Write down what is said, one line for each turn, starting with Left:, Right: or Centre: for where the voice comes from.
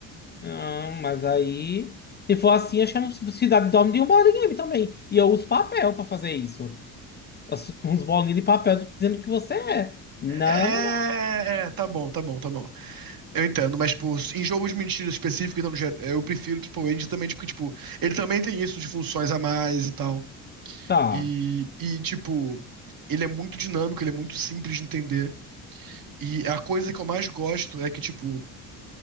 Left: não mas aí, se for assim, eu chamo Cidade Dorme de um board game também. E eu uso papel pra fazer isso. As- Com uns bolinhos de papel dizendo que você é. Não,
Right: É,
Left: não, não.
Right: é, é, tá bom, tá bom, tá bom. Eu entendo, mas tipo, em jogos de mentira específicos, então, eu prefiro o Triple H justamente porque, tipo, ele também tem isso de funções a mais e tal.
Left: Tá.
Right: E, e tipo, ele é muito dinâmico, ele é muito simples de entender. E a coisa que eu mais gosto é que, tipo,